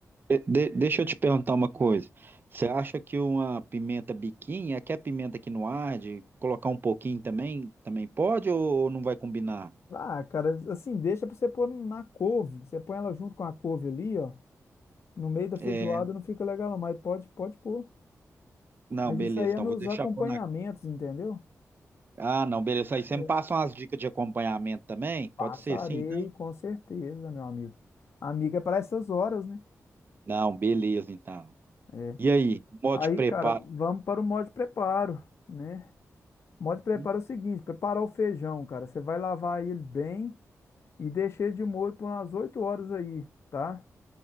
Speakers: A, on the right; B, on the left.
A: De- de- deixa eu te perguntar uma coisa. Você acha que uma pimenta biquinho, aqui é pimenta que não arde, colocar um pouquinho também, também pode ou não vai combinar?
B: Ah, cara, assim, deixa pra você pôr na couve. Você põe ela junto com a couve ali, ó. No meio da feijoada
A: É,
B: não fica legal, não, mas pode, pode pôr.
A: não,
B: Mas
A: beleza.
B: isso aí é
A: Não,
B: nos
A: vou deixar
B: acompanhamentos,
A: por na.
B: entendeu?
A: Ah, não, beleza. Aí você
B: É.
A: me passa umas dicas de acompanhamento também?
B: Passarei,
A: Pode ser assim, então?
B: com certeza, meu amigo. Amiga é para essas horas, né?
A: Não, beleza, então.
B: É.
A: E aí, modo
B: Aí,
A: de preparo?
B: cara, vamos para o modo de preparo, né? O modo de preparo
A: Hum,
B: é o seguinte: preparar o feijão, cara. Você vai lavar ele bem e deixei de molho por umas 8 horas aí, tá?